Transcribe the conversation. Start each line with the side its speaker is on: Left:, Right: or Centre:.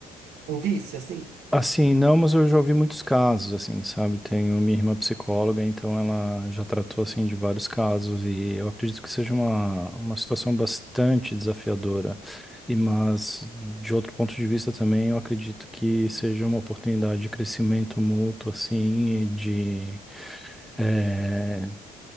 Right: com vício, assim?
Centre: Assim, não, mas eu já ouvi muitos casos, assim, sabe? Tenho minha irmã psicóloga, então ela já tratou, assim, de vários casos e eu acredito que seja uma, uma situação bastante desafiadora. E, mas, de outro ponto de vista também, eu acredito que seja uma oportunidade de crescimento mútuo, assim, e de, eh,